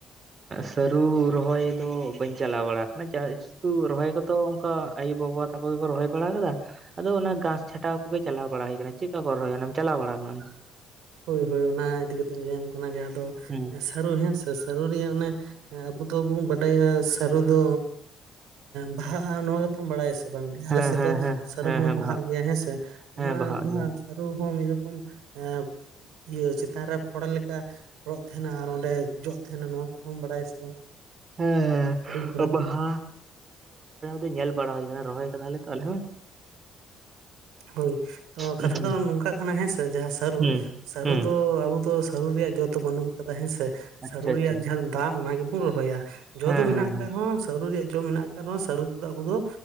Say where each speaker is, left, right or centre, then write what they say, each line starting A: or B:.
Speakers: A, on the right; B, on the right.
A: ᱥᱟᱹᱨᱩ ᱨᱚᱦᱚᱭ ᱫᱚ ᱵᱟᱹᱧ ᱪᱟᱞᱟᱣ ᱵᱟᱲᱟ ᱟᱠᱟᱱᱟ ᱢᱟᱱᱮ ᱡᱟ ᱛᱩ ᱨᱚᱦᱚᱭ ᱠᱚᱫᱚ ᱚᱱᱠᱟ ᱟᱭᱩ ᱵᱟᱵᱟ ᱛᱟᱠᱚ ᱜᱮᱠᱚ ᱨᱚᱦᱚᱭ ᱵᱟᱲᱟ ᱟᱠᱟᱫᱟᱼᱼ ᱟᱫᱚ ᱚᱱᱟ ᱜᱷᱟᱥ ᱪᱷᱟᱴᱟᱣ ᱠᱚᱜᱮ ᱪᱟᱞᱟᱣ ᱵᱟᱲᱟ ᱦᱩᱭ ᱟᱠᱟᱱᱟᱱᱟ ᱪᱮᱫ ᱞᱮᱠᱟ ᱠᱚ ᱨᱚᱦᱚᱭ ᱟ ᱪᱟᱞᱟᱣ ᱵᱟᱲᱟ ᱟᱠᱟᱱᱟ ᱟᱢᱼᱼᱼ
B: ᱦᱳᱭ ᱦᱳᱭ ᱚᱱᱟ ᱤᱫᱤ ᱠᱟᱛᱮᱜᱧ ᱞᱟᱹᱭᱟᱢ ᱠᱟᱱᱟ ᱡᱟᱦᱟᱸ ᱫᱚ
A: ᱟᱢ?
B: ᱥᱟᱹᱨᱩ ᱦᱮᱸᱥ ᱥᱟᱹᱨᱩ ᱨᱮᱭᱟᱜ ᱚᱱᱮ ᱟᱵᱚ ᱫᱚᱵᱚᱱ ᱵᱟᱰᱟᱭᱟ ᱥᱟᱹᱨᱩ ᱫᱚ ᱵᱟᱦᱟᱜᱼᱟ ᱱᱚᱣᱟ ᱛᱷᱟᱢ ᱵᱟᱲᱟᱭᱟ ᱥᱮ ᱵᱟᱝ ᱟᱞᱮ
A: ᱦᱮᱸ
B: ᱥᱮᱫ
A: ᱦᱮᱸ
B: ᱫᱚ
A: ᱦᱮᱸ
B: ᱥᱟᱹᱨᱩ
A: ᱦᱮᱸ
B: ᱦᱚᱸ
A: ᱦᱮᱸ
B: ᱵᱟᱦᱟᱜ ᱜᱮᱭᱟ ᱦᱮᱸ ᱥᱮ ᱚᱱᱟ
A: ᱦᱮᱸ ᱵᱟᱦᱟᱜ
B: ᱡᱟᱦᱟᱸ
A: ᱜᱮᱭᱟ
B: ᱥᱟᱨᱩ ᱦᱚᱸ ᱢᱤᱫ ᱨᱚᱠᱚᱢ ᱮᱸ ᱤᱭᱟᱹ ᱪᱮᱛᱟᱱ ᱨᱮ ᱯᱷᱚᱲ ᱞᱮᱠᱟ ᱯᱷᱚᱲᱚᱜ ᱛᱟᱦᱮᱱᱟ ᱟᱨ ᱚᱸᱰᱮ ᱡᱚᱜ ᱛᱟᱦᱮᱱᱟ ᱱᱚᱣᱟ ᱠᱟᱛᱷᱟᱢ ᱵᱟᱲᱟᱭᱟᱥ ᱵᱟᱝ
A: ᱦᱮᱸ
B: ᱦᱩᱰᱤᱧ ᱯᱟᱨᱟ
A: ᱵᱟᱦᱟ <inaudible> ᱧᱮᱞ ᱵᱟᱲᱟ ᱦᱩᱭ ᱟᱠᱟᱱᱟ ᱨᱚᱦᱚᱭ ᱠᱟᱫᱟᱞᱮ ᱛᱚ ᱟᱞᱮ ᱦᱚᱸ
B: ᱦᱳᱭ ᱛᱳ
A: ᱦᱩᱸ
B: ᱠᱟᱛᱷᱟ ᱫᱚ ᱱᱚᱝᱠᱟᱜ ᱠᱟᱱᱟ ᱦᱮᱸ ᱥᱮ ᱡᱟᱦᱟᱸ ᱥᱟᱹᱨᱩ
A: ᱦᱩᱸ
B: ᱥᱟᱹᱨᱩ
A: ᱦᱩᱸ
B: ᱫᱚ ᱟᱵᱚ ᱫᱚ ᱥᱟᱹᱨᱩ ᱨᱮᱭᱟᱜ ᱡᱚ ᱫᱚ ᱵᱟᱹᱱᱩᱜ ᱟᱠᱟᱫᱟ ᱦᱮᱸᱥᱮ
A: ᱟᱪᱪᱷᱟ
B: ᱥᱟᱹᱨᱩ
A: ᱟᱪᱪᱷᱟ
B: ᱨᱮᱭᱟᱜ ᱡᱟᱦᱟᱸ ᱫᱟ ᱚᱱᱟ ᱜᱮᱵᱚᱱ ᱨᱚᱦᱚᱭᱟ ᱡᱚ
A: ᱦᱮᱸ
B: ᱫᱚ ᱢᱮᱱᱟᱜ
A: ᱦᱮᱸ
B: ᱟᱠᱟᱫ ᱨᱮᱦᱚᱸ ᱥᱟᱹᱨᱩ ᱨᱮᱭᱟᱜ ᱡᱚ ᱢᱮᱱᱟᱜ ᱟᱠᱟᱫ ᱨᱮᱦᱚᱸ ᱥᱟᱹᱨᱩ ᱛᱮᱫᱚ ᱟᱵᱚ ᱫᱚ